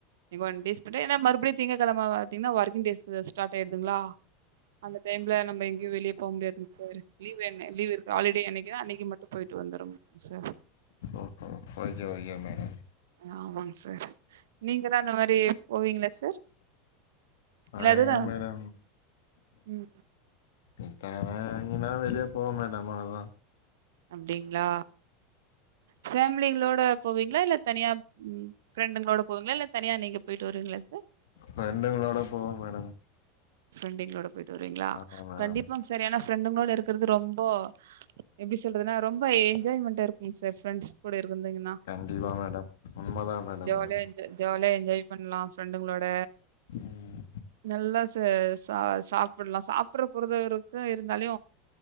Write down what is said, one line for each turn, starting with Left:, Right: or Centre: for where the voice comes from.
Right: ஒன் டேஸ் மட்டு ஏன்ன மறுபடி திங்கக் கெழம பாத்தீங்கன்னா ஒர்க்கிங் டேஸ் ஸ்ட்டாட் ஆயிடுதுங்களா அந்த டைம்ல நம்ம எங்கயு வெளியே போக முடியாதுங்க சார் லீவ் வேனாவ் லீவ் இருக்கு ஹாலிடே என்னைக்குன்னா அன்னைக்கு மட்டு பேய்டு வந்துரு சார்
Left: ஓஹோ ஓகே ஓகே மேடம்
Right: ஆமாங் சார் நீங்கலா அந்த மாரி போவீங்களா சார்
Left: நா
Right: இல்ல அதுதான்
Left: எங்க மேடம்
Right: ம்.
Left: இப்ப எங்கனா வெளிய போவோ மேடம் அவ்ளோதா
Right: அப்டிங்களா ஃபேமிலிகளோட போவீங்களா இல்ல தனியா ம் ஃபிரெண்டுங்களோட போவீங்களா இல்ல தனியா நீங்க போயிட்டு வருவிங்களா சார்
Left: ஃபிரண்டுங்களோட போவோம் மேடம்
Right: ஃப்ரெண்டுங்களோட போயிட்டு வருவீங்களா
Left: ஆமா மேடம்
Right: கண்டிப்பாங்க சார் ஆனா ஃப்ரெண்டுங்களோட இருக்கிறது ரொம்போ எப்டி சொல்றதுன்னா ரொம்ப என்ஜாய்மெண்ட்டா இருக்கு சார் ரெண்ட்ஸ் கூட இருந்தீங்கன்னா
Left: கண்டிப்பா மேடம் உண்ம தா மேடம்
Right: ஜாலியா
Left: அது
Right: என்ஜா ஜாலியா என்ஜாய் பண்ணலா பிரண்டுங்களோட
Left: ம்
Right: நல்லா ச ச சாப்பல்லா சாப்பிடற பொறருலா இருக்கு இருந்தாலு